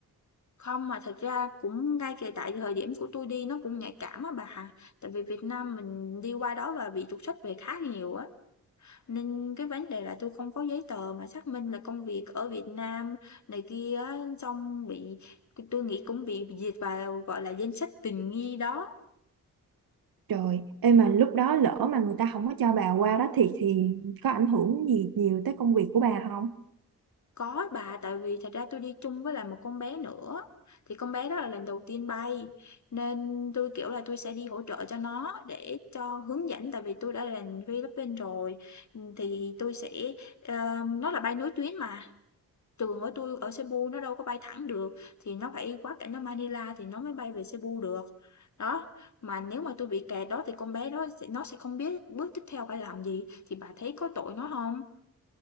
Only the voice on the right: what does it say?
Trời, em mà lúc đó lỡ mà người ta không có cho bà qua đó thì thì có ảnh hưởng gì nhiều tới công việc của bà không?